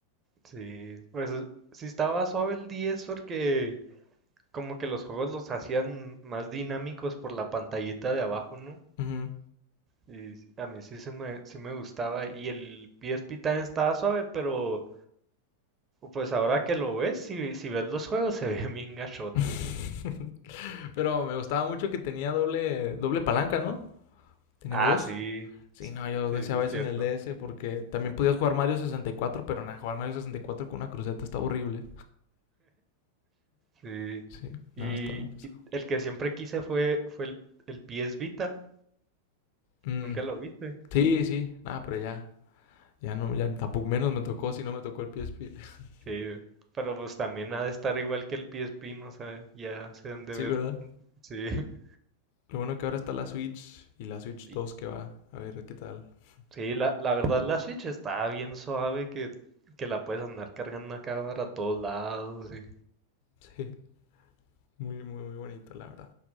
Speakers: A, on the right (about 25°); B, on the left (about 50°).
A: sí. Pues sí estaba suave el 10 porque Como que los juegos los hacían más dinámicos por la pantallita de abajo, ¿no?
B: Ujú.
A: Y a mí sí, se me, sí me gustaba. Y el PSP también estaba suave, pero pues ahora que lo ves, si, si ves los juegos, se <laughs> ven bien gachotes.
B: <laughs> Pero me gustaba mucho que tenía doble, doble palanca, ¿no? Tenía
A: Ah,
B: dos.
A: sí,
B: Sí, no, yo
A: sí,
B: deseaba
A: sí, cierto.
B: eso en el DS porque también podías jugar Mario 64, pero nada, jugar Mario 64 con una cruceta está horrible.
A: Sí.
B: Sí,
A: Y,
B: nada, estaba
A: y
B: pesado.
A: el que siempre quise fue, fue el, el PS Vita.
B: Mm,
A: ¿Nunca lo viste?
B: sí, sí, nada, pero ya, ya no, ya tampoco menos me tocó si no me tocó el PSP. <laughs>
A: Sí, pero pues también ha de estar igual que el PSP, no sé, ya se han de
B: Sí,
A: ver.
B: ¿verdad?
A: Sí. <laughs>
B: Lo bueno que ahora está la Switch y la Switch
A: Y,
B: 2 que va. A ver qué tal. <laughs>
A: Sí, la, la verdad la Switch está bien suave que, que la puedes andar cargando acá para todos lados. y-
B: Sí, muy, muy, muy bonito, la verdad.